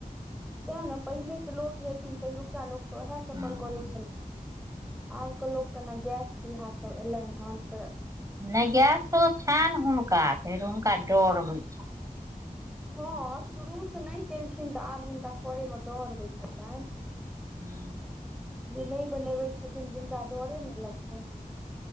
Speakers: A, in the centre; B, on the right (about 20°).
A: तै ने पहिलेके लोक हेथिन पहिलुका लोक तऽ उएह
B: छलखिन
A: सभ पर करै छलखिन आब के लोक के न गैस चूल्हा सभ एलैन ह त
B: नै गैसो छैन हुनका फेर हुनका डर होइत छै
A: ह शुरूसँ नहि केलखिन तऽ आब हुनका करय मे डर होइत हेतनि
B: हूँ।
A: जे नहि बनेबै छथिन जिनका डरे ने लगतै।